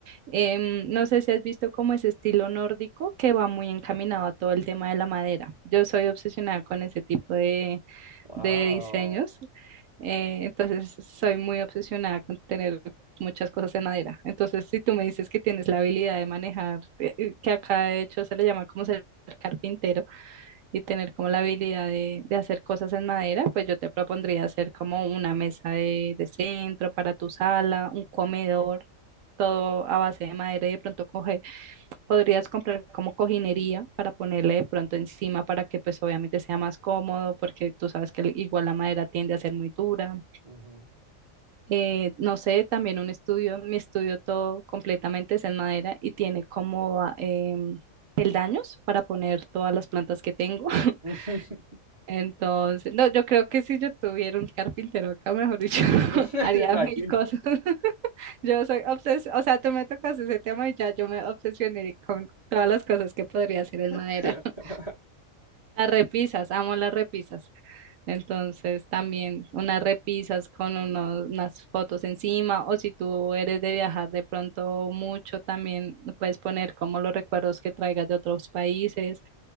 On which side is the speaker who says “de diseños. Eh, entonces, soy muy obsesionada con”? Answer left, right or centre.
Right